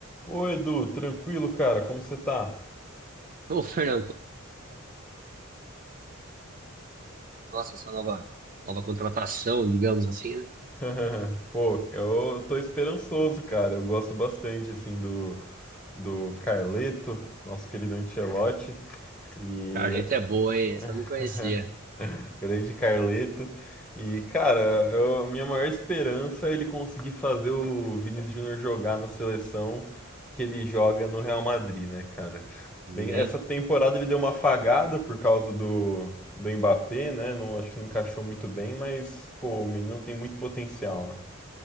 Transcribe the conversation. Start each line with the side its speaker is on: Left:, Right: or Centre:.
Centre: Ô Edu, tranquilo, cara, como você tá?
Right: Ô, Fernando, nossa, essa nova, nova contratação, digamos assim, né?
Centre: <laughs> Pô, eu tô esperançoso, cara. Eu gosto bastante, assim, do, do Carleto, nosso querido Ancelotti. E
Right: Carleta é boa, hein? Essa
Centre: <laughs>
Right: eu não conhecia,
Centre: Grande Carleto. E, cara, eu- a minha maior esperança é ele conseguir fazer o Vinícius Júnior jogar na seleção que ele joga no Real Madrid, né, cara?
Right: né?
Centre: Bem, essa temporada ele deu uma apagada por causa do, do Mbappé, né? Não, acho que não encaixou muito bem, mas, pô, o menino tem muito potencial, né?